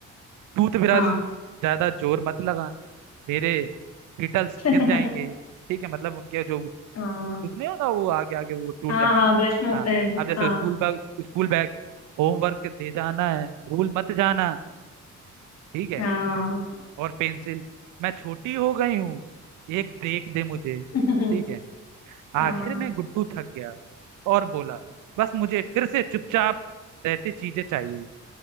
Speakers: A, on the right; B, on the left.
A: टूथब्रश
B: हाँ
A: ज्यादा जोर मत लगाना मेरे गिटल्स गिर
B: <laughs>
A: जाएंगे ठीक है मतलब उनके जो
B: हाँ
A: कुछ नहीं होता वो आगे आगे वो टूट
B: हाँ
A: जाएंगे
B: हाँ ब्रश में होते
A: हाँ
B: हैं वो
A: अब जैसे
B: हाँ
A: school bag school bag homework ले जाना है भूल मत जाना ठीक है
B: हाँ
A: और पेंसिल मैं छोटी हो गई हूँ एक ब्रेक दे मुझे
B: <laughs>
A: ठीक है आखिर
B: हाँ
A: में गुड्डू थक गया और बोला बस मुझे फिर से चुपचाप रहते चीजें चाहिए